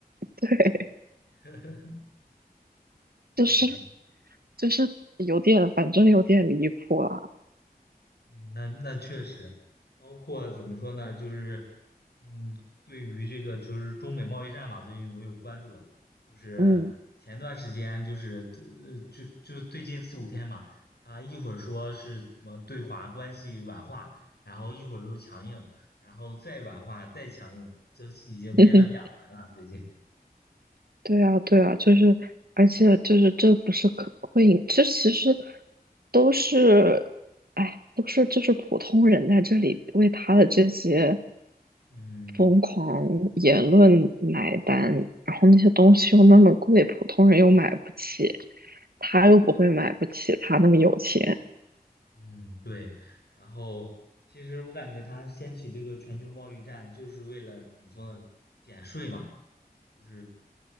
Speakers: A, on the right; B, on the left.
A: 对，
B: <laughs> 嗯，
A: 就是就是有点，反正有点离谱啦。
B: 嗯，那那确实，包括怎么说呢，就是，嗯，对于这个就是中美贸易战嘛，最近我有关注，就是前段时间就是呃就就最近四五天嘛，
A: 嗯。
B: 他一会儿说是什么对华关系软化，然后一会儿又强硬，然后再软化再强硬，这已经变了两轮了最近。
A: <laughs> 对啊，对啊，就是，而且就是这不是可会引，这其实都是，哎，都是就是普通人在这里为他的这些
B: 嗯
A: 疯狂言论买单，然后那些东西又那么贵，普通人又买不起，他又不会买不起，他那么有钱，
B: 嗯，对。然后其实我感觉他掀起这个全球贸易战，就是为了怎么说呢，减税嘛。就是